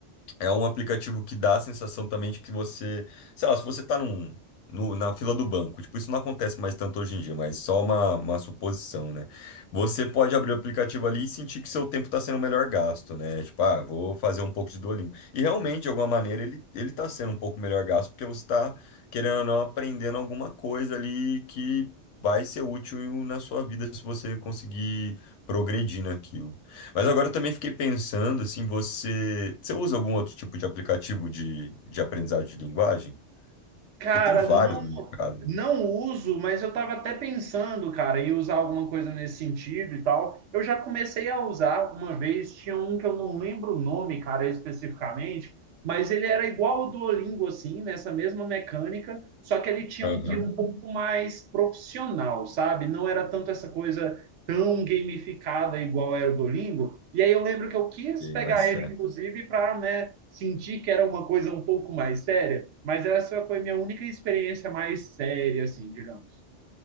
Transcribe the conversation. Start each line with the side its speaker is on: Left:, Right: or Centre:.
Left: é um aplicativo que dá a sensação também de que você, sei lá, se você tá num, no- na fila do banco, tipo, isso não acontece mais tanto hoje em dia, mas só uma, uma suposição, né? Você pode abrir o aplicativo ali e sentir que seu tempo tá sendo melhor gasto, né? Tipo, ah, vou fazer um pouco de Duolingo. E realmente, de alguma maneira, ele, ele tá sendo um pouco melhor gasto, porque você tá, querendo ou não, aprendendo alguma coisa ali que vai ser útil na sua vida se você conseguir progredir naquilo. Mas agora eu também fiquei pensando, assim, você, você usa algum outro tipo de aplicativo de, de aprendizagem de linguagem?
Right: Cara,
Left: Porque tem vários
Right: não,
Left: no mercado, né?
Right: não uso, mas eu estava até pensando, cara, em usar alguma coisa nesse sentido e tal. Eu já comecei a usar uma vez, tinha um que eu não lembro o nome, cara, especificamente, mas ele era igual ao Duolingo, assim, nessa mesma mecânica, só que ele tinha
Left: Aham.
Right: um que um pouco mais profissional, sabe? Não era tanto essa coisa tão gamificada igual era o Duolingo. E aí eu lembro que eu quis
Left: E
Right: pegar
Left: mais
Right: ele, inclusive, para, né? senti que era uma coisa um pouco mais séria, mas essa foi minha única experiência mais séria, assim, digamos.